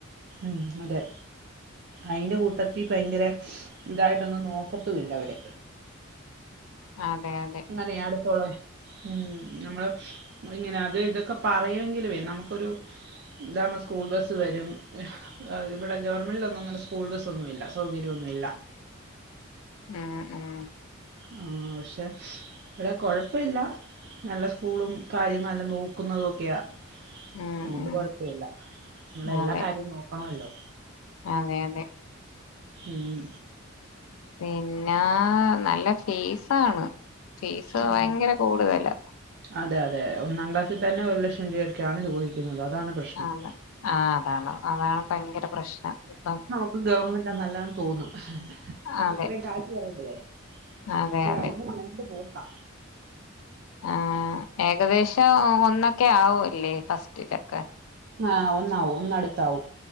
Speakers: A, on the right; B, on the left.
A: ഉം അതെ. അയിന്റെ കൂട്ടത്തി ഭയങ്കര ഇതായിട്ടൊന്നും നോക്കത്തൂല്ല അവര്.
B: അതെ അതെ.
A: ഇന്നലയെ അടുത്തുള്ള ഉം നമ്മള് ഇങ്ങനെ അത് ഇതൊക്കെ പറയുമെങ്കിലുവേ നമുക്കൊരു ഇതാവുമ്പോ സ്കൂൾ ബസ് വരും ഇവിടെ ഗവൺമെന്റിൽ ഒന്നും ങ്ങനെ സ്കൂൾ ബസ്സ് ഒന്നും ഇല്ല സൗകര്യമൊന്നും ഇല്ല
B: ഉം ഉം
A: ആ പക്ഷെ ഇവിടെ കൊഴപ്പില്ല നല്ല സ്കൂളും കാര്യം നല്ല നോക്കുന്നതൊക്കെയാ
B: ഉം
A: അതു കൊണ്ട്
B: ഉം
A: കൊഴപ്പില്ല നിങ്ങടെ എല്ലാ
B: അതെ
A: കാര്യവും നോക്കണല്ലോ
B: അതെ അതെ
A: ഉം
B: പിന്നെ നല്ല ഫീസാണ് ഫീസ്
A: ആഹ്
B: ഭയങ്കര കൂടുതലാ
A: അതെ അതെ ഒന്നാം ക്ലാസ്സിൽ തന്നെ ഒരു ലക്ഷം രൂപൊക്കെയാണ് ചോദിക്കുന്നത് അതാണ് പ്രശ്നം
B: അത ആഹ് അതാണ് അതാണ് ഭയങ്കര പ്രശ്നം ഇപ്പം
A: ക്ക് ഗവൺമെന്റാ നല്ലതന്ന് തോന്നും
B: അതെ
A: അത്രയും കാശ് പറയുമ്പഴേ
B: അതെ
A: പക്ഷേ
B: അതെ
A: രണ്ടും രണ്ട് ബോക്കാ
B: ആഹ് ഏകദേശം ഒന്നൊക്കെ ആവൂല്ലേ ഫസ്റ്റിലൊക്കെ
A: ആഹ് ഒന്നാവും ഒന്നടുത്താവും